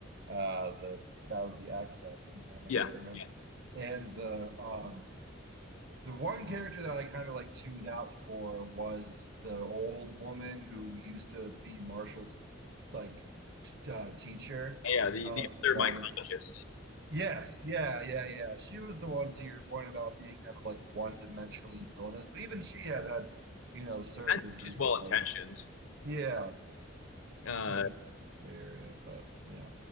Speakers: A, on the right; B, on the left.
A: uh, the guy with the accent, whose name I
B: yeah,
A: can't remember.
B: yeah,
A: And the um, the one character that I kind of like tuned out for was the old woman who used to be Marshall's like t- uh, teacher.
B: yeah. The
A: Uh,
B: the
A: who
B: other
A: wanted.
B: mycologist,
A: Yes, yeah, yeah, yeah. She was the one to your point about being kind of like one-dimensionally villainous, but even she had had, you know, certain
B: and
A: degrees
B: she's well
A: of
B: intentioned.
A: yeah,
B: Uh,
A: certain degrees of gray area. But yeah,